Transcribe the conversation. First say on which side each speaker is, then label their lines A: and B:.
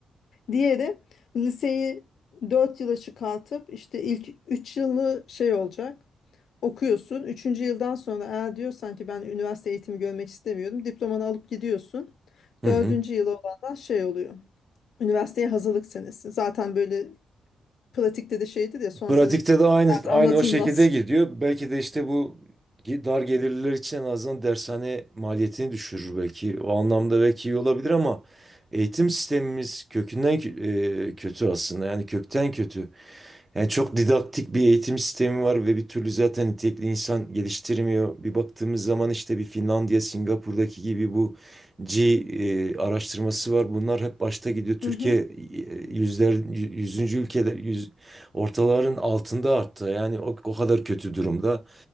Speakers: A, on the left; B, on the right.
A: Diğeri liseyi 4 yıla çıkartıp işte ilk 3 yılı şey olacak. Okuyorsun. üçüncü yıldan sonra eğer diyorsan ki ben üniversite eğitimi görmek istemiyorum. Diplomanı alıp gidiyorsun.
B: Hı
A: dördüncü
B: hı.
A: yıla olanlar şey oluyor. Üniversiteye hazırlık senesi. Zaten böyle pratikte de şeydir ya son
B: Pratikte
A: sene
B: de aynı
A: zaten
B: aynı
A: anlatılmaz.
B: o şekilde gidiyor. Belki de işte bu ge- dar gelirliler için en azından dershane maliyetini düşürür belki. O anlamda belki iyi olabilir ama eğitim sistemimiz kökünden kö- e, kötü aslında. Yani kökten kötü. Yani çok didaktik bir eğitim sistemi var ve bir türlü zaten nitelikli insan geliştirmiyor. Bir baktığımız zaman işte bir Finlandiya, Singapur'daki gibi bu G e, araştırması var. Bunlar hep başta gidiyor. Türkiye
A: Hı hı.
B: e, yüzler, yüzüncü ülkeler, yüz, ortaların altında arttı. Yani o, o kadar kötü durumda.